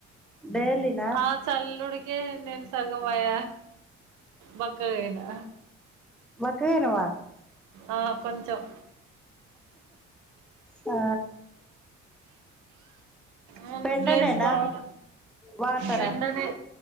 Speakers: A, in the centre; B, on the right.
A: డైలీనా
B: ఆ చల్లుడు కే నేను సగమయ బక్క గైనా
A: <unintelligible>
B: ఆ కొంచం
A: ఆ
B: ముందు
A: పెండనేనా
B: ప్లేస్ బాగు
A: వాటరా
B: పెండనే